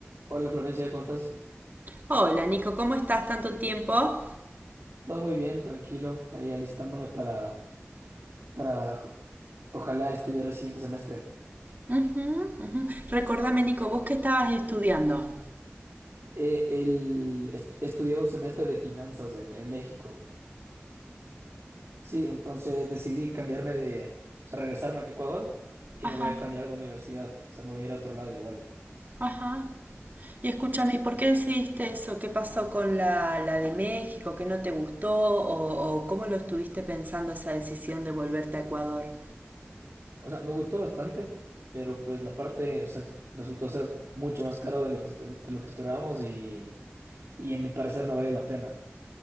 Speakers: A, on the right; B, on the right.
A: Hola Florencia, ¿cómo estás?
B: Hola Nico, ¿cómo estás? ¿Tanto tiempo?
A: Todo muy bien, tranquilo, ahí alistándome para, para ojalá estudiar el siguiente semestre.
B: Ujú, ujú. Recordame Nico, ¿vos qué estabas estudiando?
A: Eh, el, est- estudié un semestre de finanzas en, en México. Sí, entonces decidí cambiarme de, o sea, regresarme a Ecuador y
B: Ajá,
A: me voy a cambiar de universidad, o sea, me voy a ir a otro lado igual.
B: ajá. Y escúchame, ¿y por qué decidiste eso? ¿Qué pasó con la, la de México? ¿Qué no te gustó? ¿O, o cómo lo estuviste pensando esa decisión de volverte a Ecuador?
A: O sea, me gustó bastante, pero pues la parte, o sea, resultó ser mucho más caro de lo que, espe- de lo que esperábamos y, y en mi parecer no valía la pena.